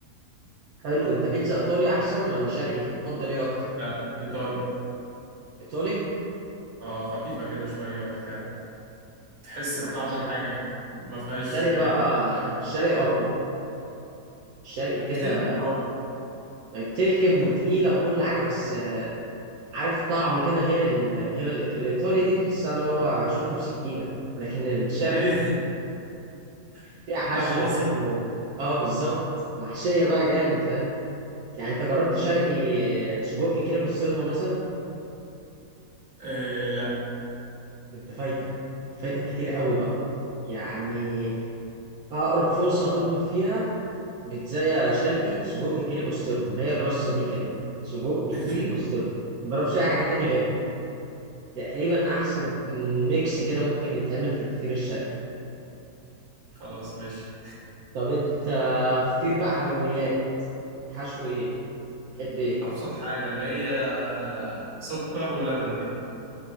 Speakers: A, on the right; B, on the right.
A: حلو انت بيتزا ايطالي احسن ولا شرقي تفضل ايه اكتر
B: لا إيطالي
A: ايطالي
B: اه خفيفة كده شوية وبتاع بتحس
A: يعني
B: بطعم
A: الش-
B: الحاجة ما فيهاش
A: الشرقي
B: آه،
A: بقى الشرقي اقوى الشرقي كده
B: بتلكم أوي
A: بتلكم وتقيله وكل حاجه بس آه، عارف طعم كده غير ال... غير الإيط- الايطالي دي تحسها اللي هو شوكه بسكينه لكن الشرقي
B: ما هي <laughs>
A: فيها حشو
B: لغوصة
A: فاهم و... اه بالظبط وحشيه بقى جامد فاهم يعني انت جربت شرقي سجق كده بسطرمه مثلا
B: آه لا
A: انت فايتك انت فايتك كتير قوي بقى يعني اقرب فرصه هتطلب فيها بيتزايا شرقي سجق كيري بسطرمة هي الرصة دي كده سجق كيري
B: <laughs>
A: بسطرمة مجربش أي حاجة تاني غيرها تقريبا أحسن ميكس كده ممكن يتعمل في الفطير الشرقي
B: خلاص ماشي
A: طب أنت فطير بقى حلويات حشو إيه؟ تحب إيه؟
B: أبسط حاجة اللي هي آه، سكر ولبن دي